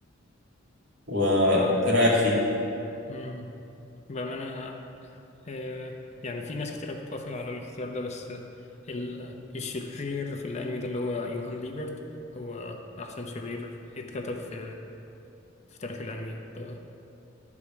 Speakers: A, on the right; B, on the left.
A: وايه رايك فيه
B: مم. بأمانة آه، يعني في ناس كتير بتوافق على الاختيار ده بس ال- الشرير في الأنمي ده اللي هو يوهان ليبرت هو أحسن شرير اتكتب في في تاريخ الأنمي ف...